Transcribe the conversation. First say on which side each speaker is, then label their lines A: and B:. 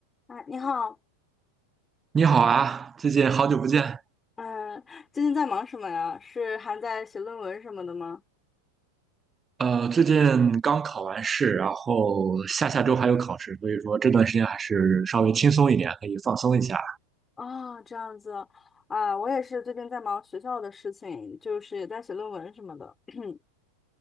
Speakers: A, on the left; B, on the right.
A: 啊，你好，
B: 你好啊，最近好久不见。
A: 嗯、最近在忙什么呀？是还在写论文什么的吗？
B: 呃，最近刚考完试，然后下下周还有考试，所以说这段时间还是稍微轻松一点，可以放松一下。
A: 哦，这样子，啊，我也是最近在忙学校的事情，就是也在写论文什么的。<clears throat>